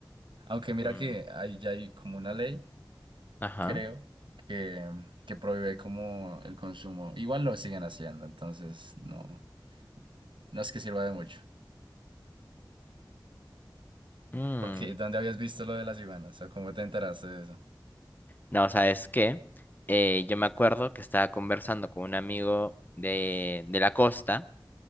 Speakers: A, on the right; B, on the left.
A: Aunque mira
B: Mm,
A: que hay, ya hay como una ley,
B: Ajá.
A: creo, que, que prohíbe como el consumo. Igual lo siguen haciendo, entonces no, no es que sirva de mucho.
B: Mm,
A: Porque ¿dónde habías visto lo de las iguanas? ¿O cómo te enteraste de eso?
B: No, sabes que eh, yo me acuerdo que estaba conversando con un amigo de, de la costa